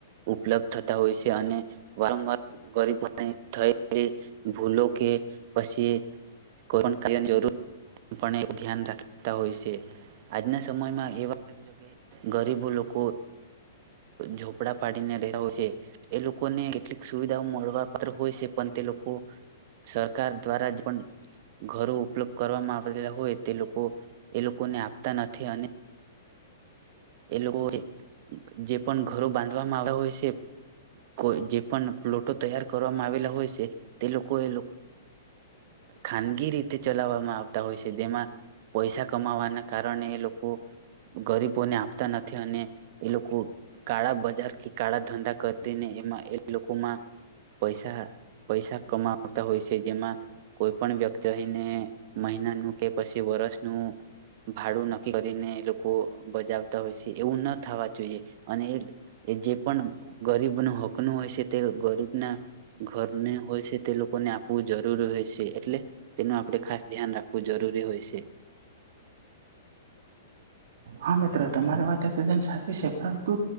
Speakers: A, on the right (about 50°); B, on the right (about 65°).
A: ઉપલબ્ધ થતા હોય છે અને વારંવાર ગરીબ થયલી ભૂલો કે પછી <unintelligible> જરૂર પણ ધ્યાન રાખતા હોય છે આજના સમયમાં એવા જગ્યાએ ગરીબો લોકો ઝોપડા પાડીને રહેતા હોય છે એ લોકોને કેટલીક સુવિધાઓ મળ પણ હોય છે પણ તે લોકો સરકાર દ્વારા પણ ઘરો ઉપલબ્ધ કરવામાં આવેલા હોય તે લોકો એ લોકોને આપતા નથી અને એ લોકોએ જે પણ ઘરો બાંધવામાં આવ્યા હોય છે કો જે પણ પ્લોટો તૈયાર કરવામાં આવેલા હોય છે તે લોકો એ ખાનગી રીતે ચલાવવામાં આવતા હોય છે જેમાં પૈસા કમાવાના કારણે એ લોકો ગરીબોને આપતા નથી અને એ લોકો કાળા બજાર કે કાળા ધંધા કરીને એમાં એ લોકોમાં પૈસા પૈસા કમાવતા હોય છે જેમાં કોઈ પણ વ્યક્તિ અહીને મહિનાનું કે પછી વર્ષનું ભાડું નક્કી કરીને લોકો બજાવતા હોય છે એવું ના થવા જોઈએ અને એ જે પણ ગરીબનો હકનું હોય છે તે ગરીબના ઘરને હોય છે તે લોકોને આપવું જરૂરી હોય છે એટલે તેનું આપણે ખાસ ધ્યાન રાખવું જરૂરી હોય છે.
B: હા મિત્ર તમારી વાત તદન સાચી છે પરંતુ